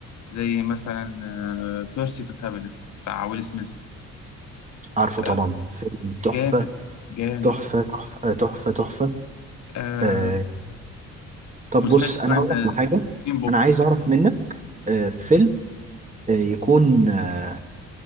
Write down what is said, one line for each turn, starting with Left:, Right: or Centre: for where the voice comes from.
Left: زي مثلا بيرسيت اوف هابينس بتاع ويل سميث
Right: عارفه
Left: آه،
Right: طبعا فيلم تحفة
Left: جامد جامد
Right: تحفة تحفة تحفة تحفة
Left: آه،
Right: آه طب
Left: وسمعت
Right: بص
Left: كمان
Right: أنا هقول
Left: ذا
Right: لك على حاجة
Left: جرين بوك
Right: أنا عايز أعرف منك آه فيلم آه يكون آه